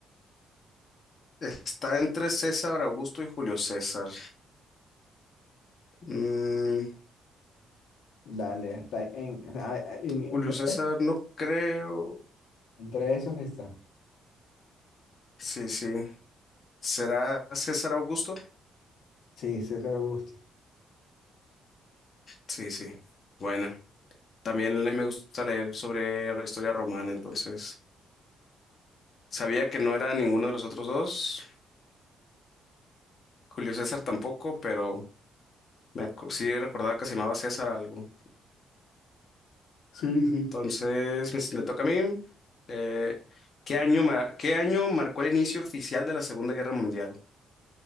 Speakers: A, on the left (about 50°); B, on the left (about 80°).
A: Está entre César Augusto y Julio César. Mm,
B: Dale, está en, a- a- en-
A: Julio
B: entre,
A: César, no creo.
B: entre esos está.
A: Sí, sí. ¿Será César Augusto?
B: Sí, César Augusto.
A: Sí, sí. Bueno, también le- me gusta leer sobre la historia romana, entonces. Sabía que no era ninguno de los otros dos, Julio César tampoco, pero me acu- sí recordaba que se llamaba César algo.
B: Sí, sí.
A: Entonces, me, me toca a mí. Eh, ¿qué año, ma- qué año marcó el inicio oficial de la Segunda Guerra Mundial?